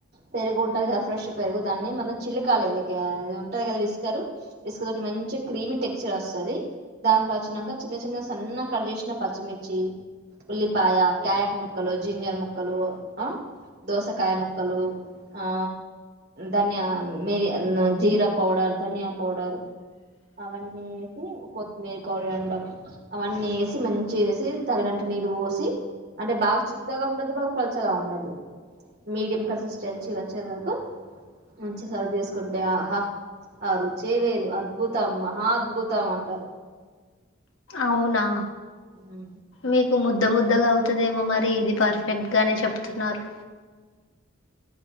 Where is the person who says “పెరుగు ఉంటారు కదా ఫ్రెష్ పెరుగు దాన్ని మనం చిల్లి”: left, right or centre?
Right